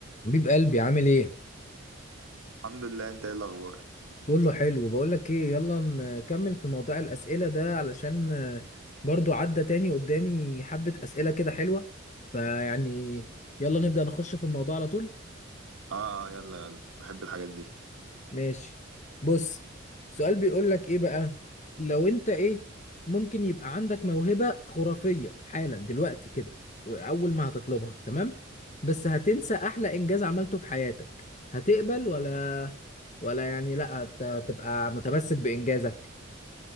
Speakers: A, on the left; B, on the right.
A: حبيب قلبي عامل ايه؟
B: الحمد لله انت ايه الاخبار
A: كله حلو بقول لك ايه يلا نكمل في موضوع الأسئلة ده علشان آه، برضو عدى تاني قدامي حبة أسئلة كده حلوة فيعني يلا نبدأ نخش في الموضوع على طول
B: اه يلا يلا بحب الحاجات دي
A: ماشي بص سؤال بيقول لك ايه بقى لو انت ايه ممكن يبقى عندك موهبة خرافية حالا دلوقتي كده واول ما هتطلبها تمام بس هتنسى احلى انجاز عملته في حياتك هتقبل ولا ولا يعني لا هت- تبقى متمسك بانجازك